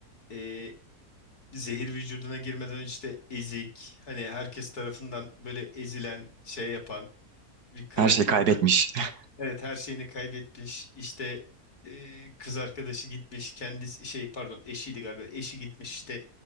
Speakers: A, on the left; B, on the right.
A: e, zehir vücuduna girmeden önce işte ezik hani herkes tarafından böyle ezilen şey yapan bir karakterden
B: Her şeyi kaybetmiş. <laughs>
A: Evet her şeyini kaybetmiş. İşte e, kız arkadaşı gitmiş. Kendisi şey pardon eşiydi galiba. Eşi gitmiş işte